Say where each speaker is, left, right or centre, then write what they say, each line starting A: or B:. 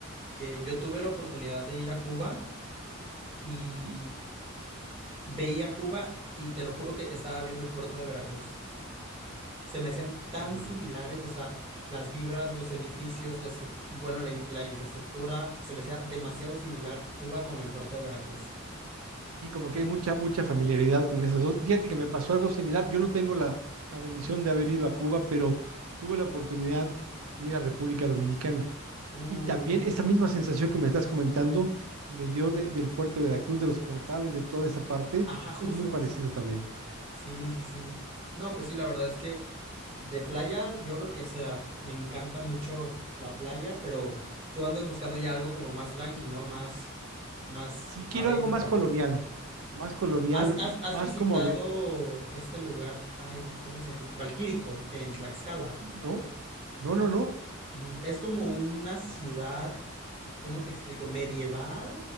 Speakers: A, on the right; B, on the right.
A: que yo tuve la oportunidad de ir a Cuba y
B: Ujú.
A: veía Cuba y te lo juro que estaba viendo el puerto de Veracruz. Se me hacían tan
B: Sí,
A: similares, o sea, las vibras, los edificios, la estruc- bueno, la, in- la infraestructura, se me hacía demasiado similar Cuba con el puerto de Veracruz.
B: y como que hay mucha, mucha familiaridad con esas dos. Fíjate que me pasó algo similar. Yo no tengo la, la bendición de haber ido a Cuba, pero tuve la oportunidad de ir a República Dominicana.
A: Uh,
B: Y también esa misma sensación que me estás comentando me dio de- del puerto de la Cruz, de los portales, de toda esa parte,
A: ajá, justo,
B: es muy parecido
A: justo.
B: también.
A: Sí, sí, sí. No, pues sí, la verdad es que De playa, yo lo que sea. Me encanta mucho la playa, pero tú andas buscando ya algo como más tranqui, ¿no? Más, más
B: Sí quiero
A: adentro.
B: algo más colonial, más colonial,
A: ¿Has,
B: m-
A: has, has
B: más
A: visitado
B: como de,
A: este lugar? Ay, ¿cómo se llama? Valquírico, en Tlaxcala.
B: no, no, no, no.
A: Mm, Es como una ciudad, ¿cómo te explico? Medieval,